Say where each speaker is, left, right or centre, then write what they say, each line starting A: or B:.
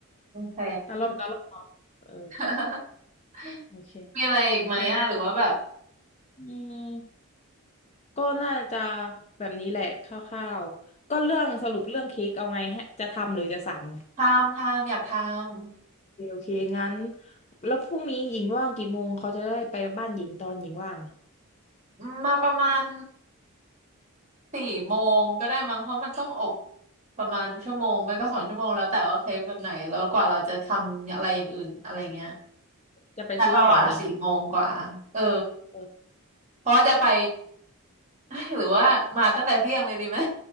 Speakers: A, on the right; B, on the left.
A: โอเค
B: ตาล่อมตาล่อมเนาะเออ
A: <laughs>
B: โอเค
A: มีอะไรอีกไหมอ่ะหรือว่าแบบ
B: อะอืมก็น่าจะแบบนี้แหละคร่าวๆก็เรื่องสรุปเรื่องเค้กเอาไงให้จะทำหรือจะสั่ง
A: ทำทำอยากทำ
B: โอเคโอเคงั้นแล้วพรุ่งนี้หญิงว่างกี่โมงเขาจะได้ไปบ้านหญิงตอนหญิงว่าง
A: มมาประมาณสี่โมงก็ได้มั้งเพราะมันต้องอบประมาณชั่วโมงไม่ก็สองชั่วโมงแล้วแต่ว่าเค้กแบบไหนแล้วกว่าเราจะทำอะไรอย่างอื่นอะไรเงี้ย
B: อ่ะจะไปซื้อของอีกเนา
A: แต่เราอ่ะสี่โมงกว่าเออ
B: ะ
A: เพราะว่าจะไป <laughs> หรือว่ามาตั้งแต่เที่ยงเลยดีไหม